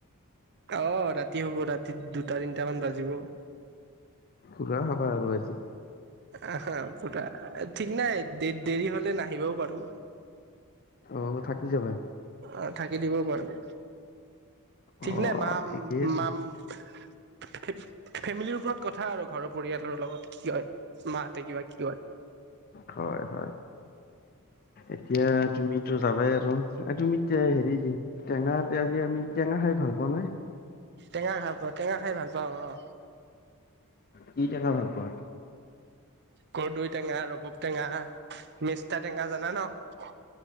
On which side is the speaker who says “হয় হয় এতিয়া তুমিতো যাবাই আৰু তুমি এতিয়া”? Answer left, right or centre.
Left